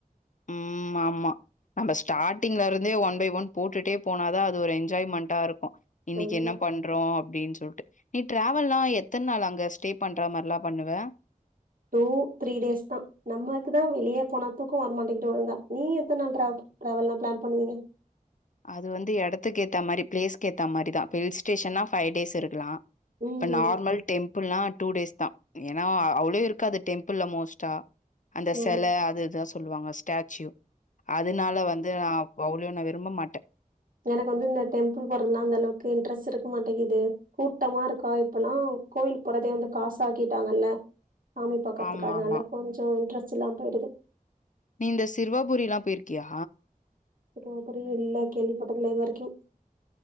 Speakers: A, on the left (about 60°); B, on the right (about 70°).
A: ம் ஆமா நம்ம ஸ்டார்டிங்ல இருந்தே ஒன் பை ஒன் போட்டுட்டே போனாதா அது ஒரு என்ஜாய்மண்ட்டா இருக்கு இன்னைக்கு
B: ஆமா.
A: என்ன பண்றோம் அப்படின் சொல்ட்டு நீ ட்ராவல்லா எத்த நாள் அங்க ஸ்டே பண்ற மாரிலா பண்ணுவ
B: டூ த்ரீ டேஸ் தா நம்மக்கு தா வெளியே போன தூக்க வரமாட்டிக்கிட்டு ஒழுங்கா நீ எத்த நாள் ட்ரா ட்ராவல்லாம் பிளான் பண்ணுவீங்க
A: அது வந்து இடத்துக்கு ஏத்த மாரி பிளேஸ்க்கு ஏத்த மாரி தா இப்ப ஹில் ஸ்டேஷன்னா ஃபைவ் டேஸ் இருக்கலா
B: ம்
A: இப்ப நார்மல் டெம் புள்ளா டூ டேஸ் தான் ஏனா அவ்ளோ இருக்காது டெம்புள்ள மோஸ்ட்டா அந்த
B: எனக்
A: செல அது இதுதா சொல்லுவாங்க டாச்சுயூ அதனால வந்து நா அவ்ளுயூ நா விரும்ப மாட்
B: எனக்கு வந்து இந்த டெம்புள் போறதுலா அந்த அளவுக்கு இன்ட்ரெஸ்ட் இருக்க மாட்டேங்கிது கூட்டமா இருக்கா இப்பல்லா கோவில் போறதே வந்து காசு ஆக்கிட்டாங்கல்ல சாமி பாக்றதுக்கு
A: ஆமாமா.
B: அதுனால கொஞ்சோ இன்ட்ர ஸ் இல்லாம போயிருது
A: நீ இந்த சிர்வாபுரியலா பெயிருக்கியா
B: ரோபரி இல்ல கேள்விபட்டதுல்ல இது வரைக்கு